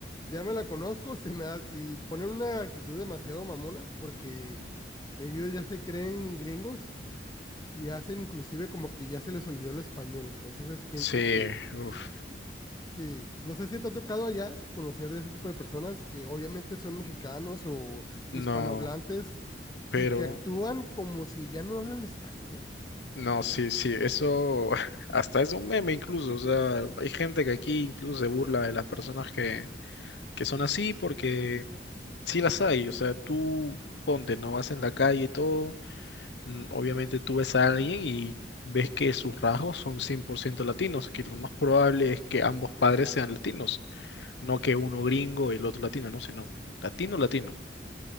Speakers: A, on the left; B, on the left.
A: ya me la conozco, se me ha- y ponen una actitud demasiado mamona porque ellos ya se creen gringos y hacen inclusive como que ya se les olvidó el español. Entonces es gente
B: Sí,
A: que,
B: uf,
A: sí, no sé si te ha tocado allá conocer de ese tipo de personas que obviamente son mexicanos o
B: no,
A: hispanohablantes
B: pero
A: y que actúan como si ya no hablan español.
B: no, sí, sí, eso <laughs> hasta es un meme incluso, o sea, hay gente que aquí incluso se burla de las personas que, que son así porque sí las hay, o sea, tú ponte, no vas en la calle y todo, mm, obviamente tú ves a alguien y ves que sus rasgos son 100% latinos, que lo más probable es que ambos padres sean latinos, no que uno gringo y el otro latino, no, sino latino, latino.